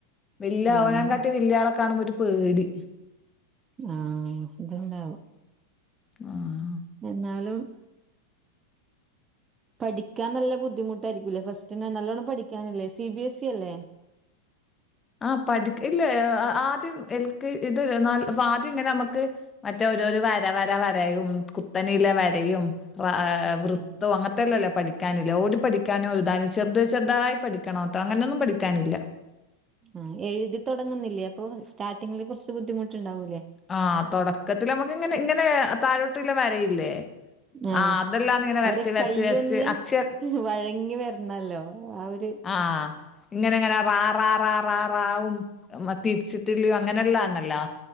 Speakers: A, on the left; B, on the right.
A: വല്യ
B: ഉം
A: ഓനകാട്ടി
B: ഉം
A: വല്യയാളെ കാണുമ്പോ ഒരു പേടി.
B: ആ ഇത്ണ്ടാവും.
A: ആഹ്.
B: എന്നാലും പഠിക്കാൻ നല്ല ബുദ്ധിമുട്ടായിരിക്കൂല്ലേ, ഫസ്റ്റ് നല്ലോണ്ണം പഠിക്കാനില്ലേ, സി ബി എസ് ഇ അല്ലേ?
A: ആ പഠിക്ക് ഇല്ല. ആ ത്ദ്യം ൽ കെ ആദ്യം ഇങ്ങനെ നമുക്ക് മറ്റേ ഓരോ വര, വര, വരയുംകുത്തൊക്കെ വരയും
B: ഉം
A: വൃത്തവും
B: ഉം
A: അങ്ങനത്തെല്ലല്ലേ പഠിക്കാന ട് പഠിക്കാനോ എഴുതാനോ ചെറുത് ചെറുതായി പഠിക്കണോട്ടോ, അങ്ങനൊന്നും പഠിക്കാനില്ല.
B: ആ എഴുതി തുടങ്ങുന്നില്ലേ അപ്പൊ, സ്റ്റാർട്ടിങ്ങില് കുറച്ച് ബുദ്ധിമുട്ടുണ്ടാവോ
A: ആ തൊടക്കത്തില് നമ്മുക്ക് ങ്ങനെ, ങ്ങനെ താഴോട്ടല്ല വരയില്ലേ?
B: ആ
A: അതെല്ലാം ഇങ്ങനെ
B: അവരെ
A: വരച്ച്
B: കയ്യൊന്ന്
A: വരച്ച് വരച്ച് അക്ഷര
B: വഴങ്ങി വരണല്ലോ ആ ഒരു
A: ആ ഇങ്ങനെങ്ങനെ റാറാ റാറാറാവും തിരിച്ചിട്ടില്ല അങ്ങനെല്ലാന്നല്ലോ?